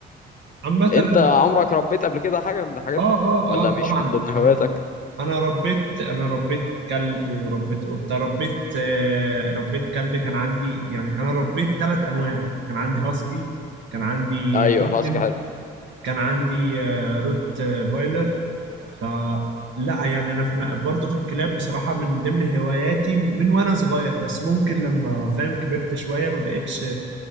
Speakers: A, on the right (about 70°); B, on the left (about 40°).
A: عامه
B: انت
A: انا
B: عمرك ربيت قبل كده حاجه من الحاجات
A: اه
B: دي
A: اه
B: ولا
A: اه طبعا
B: مش من ضمن هواياتك
A: انا انا ربيت انا ربيت كلب وربيت قطه ربيت آه ربيت كلب كان عندي يعني انا ربيت ثلاث انواع كان عندي هاسكي كان عندي
B: ايوه
A: جولدن
B: العسكر حلو
A: كان عندي آه روت فايلر فلا يعني انا في برضه في الكلاب بصراحه من ضمن هواياتي من وانا صغير بس ممكن لما فاهم كبرت شويه ما بقتش